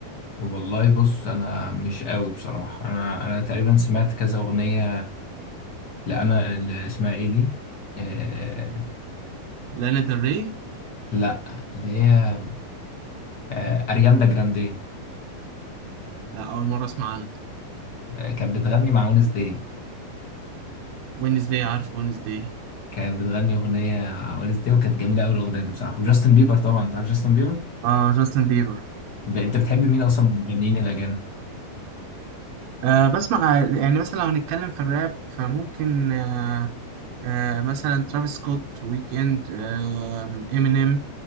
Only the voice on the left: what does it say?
والله بص انا مش قوي بصراحه انا انا تقريبا سمعت كذا اغنيه لا انا اللي اسمها ايه دي آه،
لا اللي هي آه، ارياندا جراندي
آه، كانت بتغني مع ونس داي
كانت بتغني اغنيه مع ونس داي وكانت جميله قوي الاغنيه دي بصراحه وجاستن بيبر طبعا انت عارف جاستن بيبر
ب- انت بتحب مين اصلا من المغنيين الاجانب